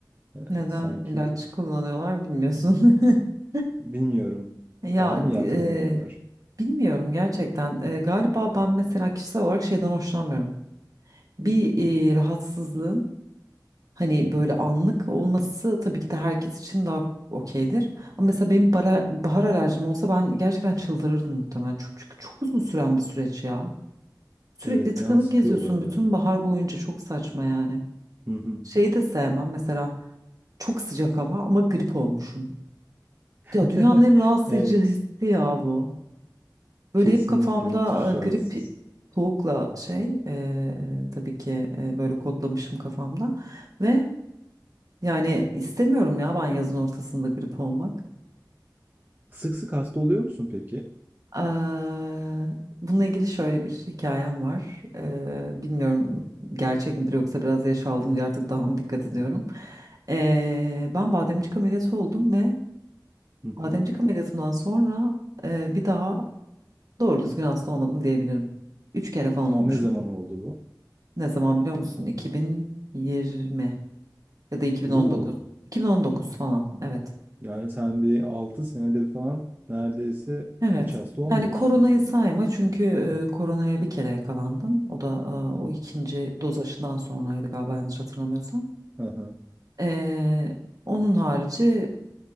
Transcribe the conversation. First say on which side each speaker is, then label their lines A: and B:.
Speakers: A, on the right (about 25°); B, on the right (about 55°).
A: e,
B: Neden
A: sanki
B: ilaç kullanıyorlar bilmiyorsun. <laughs>
A: bilmiyorum
B: Ya
A: daha mı yatkınlık
B: e,
A: var?
B: bilmiyorum gerçekten. E, galiba ben mesela kişisel olarak şeyden hoşlanmıyorum. Bir e, rahatsızlığın Hani
A: Hı hı.
B: böyle anlık olması tabii ki de herkes için daha okeydir. Ama mesela benim bara- bahar alerjim olsa ben gerçekten çıldırırdım muhtemelen. Çok- Çünkü çok uzun süren bir süreç ya. Sürekli
A: Evet,
B: tıkanık
A: can sıkıyor
B: geziyorsun
A: bazen.
B: bütün bahar boyunca çok saçma yani.
A: Hı hı.
B: Şeyi de sevmem mesela çok sıcak hava ama grip olmuşum.
A: <laughs>
B: Ya dünyanın en rahatsız
A: Evet,
B: edici hissi ya bu. Böyle
A: kesinlikle
B: hep kafamda
A: müthiş
B: e, grip
A: rahatsız.
B: soğukla şey e, tabii ki e, böyle kodlamışım kafamda. Ve Yani istemiyorum ya ben yazın ortasında grip olmak.
A: Sık sık hasta oluyor musun peki?
B: Eee, bununla ilgili şöyle bir hikayem var. Eee, bilmiyorum gerçek midir yoksa biraz yaş aldım diye artık daha mı dikkat ediyorum. Eee, ben bademcik ameliyatı oldum ve
A: Hı hı.
B: bademcik ameliyatımdan sonra eee, bir daha doğru düzgün hasta olmadım diyebilirim. Üç kere falan olmuşumdur.
A: Ne zaman oldu bu?
B: Ne zaman biliyor musun? 2020 ya da 2019.
A: Oo,
B: 2019 falan evet.
A: yani sen bir 6 senedir falan neredeyse
B: Evet.
A: hiç hasta olmuyorsun.
B: Yani koronayı sayma çünkü e, koronaya bir kere yakalandım. O da e, o ikinci doz aşıdan sonraydı galiba yanlış hatırlamıyorsam.
A: Hı hı.
B: E, onun harici